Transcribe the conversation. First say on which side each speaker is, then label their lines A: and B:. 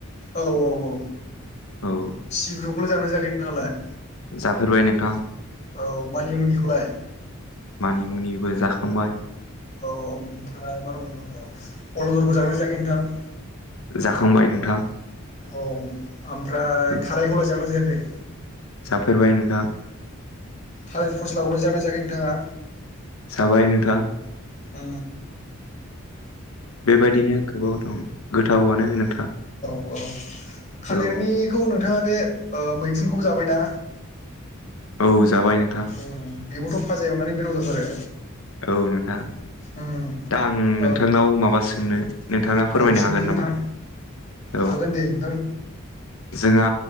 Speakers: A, on the left (about 30°); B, on the left (about 85°).
A: औ औ औ
B: औ
A: सिब्रुखौलाय जागोनना जायाखै नोंथाङालाय?
B: जाफेरबाय नोंथां
A: औ मानि मुनिखौलाय
B: ।मानिमुनि। <unintelligible> जाखांबाय।
A: औ ओमफ्राय मा दंबावोमोन? अलदरखौ जागोना जायाखै नोंथां?
B: जाखांबाय नोंथां।
A: औ ओमफ्राय
B: औ
A: थारायखौलाय जागोना जायाखै?
B: <unintelligible> नोंथां।
A: थालेर फ'स्लाखौलाय जादोंना जायाखै नोंथाङा?
B: जाबाय नोंथां।
A: ओ
B: बेबायदिनो गोबां दं गोथावआनो नोंथां।
A: ओ थालिरनिखौ
B: औ
A: नोंथाङा बे ओ मैखुनखौबो जाबायना?
B: औ जाबाय नोंथां।
A: उम बेबोथ' फाजा एवनानै गोथाव जाथारो।
B: औ नोंथां
A: उम
B: दा आं
A: औ
B: नोंथांनाव माबा सोंनो। नोंथाङा फोरमायनो
A: औ सोंदो
B: हागोन
A: नोंथां
B: नामा
A: हागोन
B: औ।
A: दे नोंथां
B: जोंहा